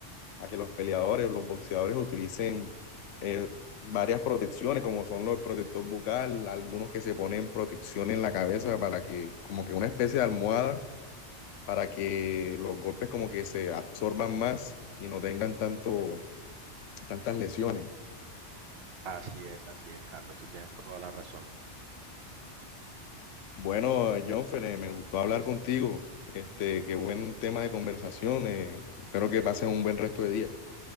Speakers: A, on the left; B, on the right.
A: a que los peleadores, los boxeadores utilicen eh, varias protecciones, como son los protector bucal, algunos que se ponen protección en la cabeza para que, como que una especie de almohada para que los golpes como que se absorban más y no tengan tanto, tantas lesiones.
B: Así es, así es, Carlos. Tú tienes toda la razón.
A: Bueno, Jonfer, eh, me gustó hablar contigo. Este, qué buen tema de conversación. eh, espero que pases un buen resto de día.